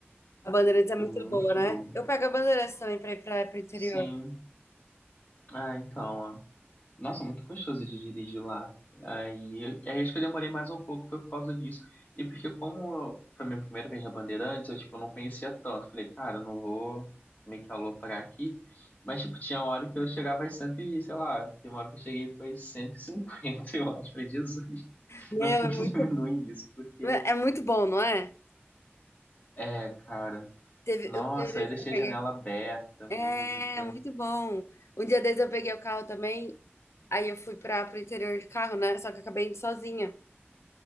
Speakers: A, on the left; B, on the left.
A: A Bandeirantes é
B: Foi
A: muito
B: muito
A: boa,
B: de
A: né?
B: bobo.
A: Eu pego a Bandeirantes também pra ir pra, pro interior.
B: Sim. Ah, então, ó. Nossa, muito gostoso de dirigir lá. Aí, eu- aí acho que eu demorei mais um pouco, foi por causa disso. E porque como foi minha primeira vez na Bandeirantes, eu, tipo, não conhecia tanto. Falei, cara, eu não vou meio que aloprar aqui. Mas, tipo, tinha hora que eu chegava às 100 e, sei lá, tem uma hora que eu cheguei foi 150 <laughs> eu acho. Falei, Jesus. <laughs>
A: Meu,
B: Não tem
A: é
B: que
A: muito,
B: diminuir isso, porque.
A: é muito bom, não é?
B: É, cara.
A: Teve,
B: Nossa,
A: um dia desse
B: eu deixei
A: eu peguei.
B: a janela aberta,
A: É,
B: música.
A: muito bom. Um dia desse eu peguei o carro também. Aí eu fui para pro interior de carro, né? Só que eu acabei indo sozinha.